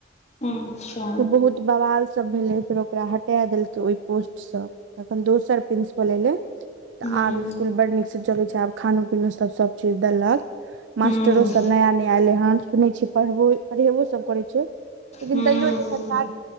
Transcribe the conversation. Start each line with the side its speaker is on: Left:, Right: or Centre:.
Left: अच्छा
Right: बहुत बवाल सब भेलै फेर ओकरा हटा देलकै ओहि पोस्ट से तखन दोसर प्रिंसिपल एले तऽ
Left: हूँ
Right: आब स्सकुल बड़ नीकसँ चलैत छैय आब खानो पीनो सभ सभ चीज देलक मास्टरो
Left: हूँ
Right: सभ नया नया अयलै हन सुनै छीयै पढ़बो पढ़ेबो सभ करै छैय लेकिन
Left: हूँ
Right: तैयो जे सरकार